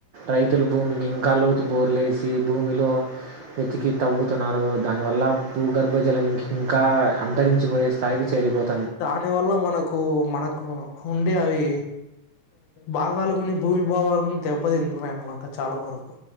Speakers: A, on the right (about 80°); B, on the left (about 80°).
A: రైతులు భూమికి ఇంకా లోతు బోర్లే వేసి భూమిలో వెతికి తవ్వుతున్నారు దాని వల్ల భూగర్భజలం ఇంకి ఇంకా అంతరించిపోయే స్థాయికి చేరిపోతంది
B: దాని వల్ల మనకు మనకు ఉండే అవి భాగాలు కొని భూమి భావాలు కొని దెబ్బతింటున్నాయి అనమాట చాలా వరకు